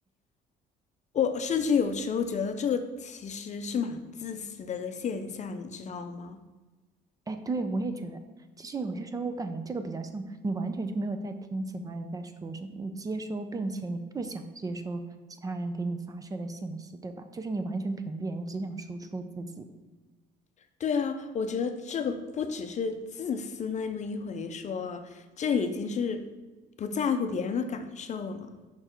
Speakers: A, on the left; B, on the right.
A: 我甚至有时候觉得这个其实是蛮自私的一个现象，你知道吗？
B: 哎，对，我也觉得，其实有些时候我感觉这个比较像你完全就没有在听其他人在说什么，你接收并且你不想接收其他人给你发射的信息，对吧？就是你完全屏蔽，你只想输出自己。
A: 对啊，我觉得这个不只是自私那么一回说，这已经是不在乎别人的感受了。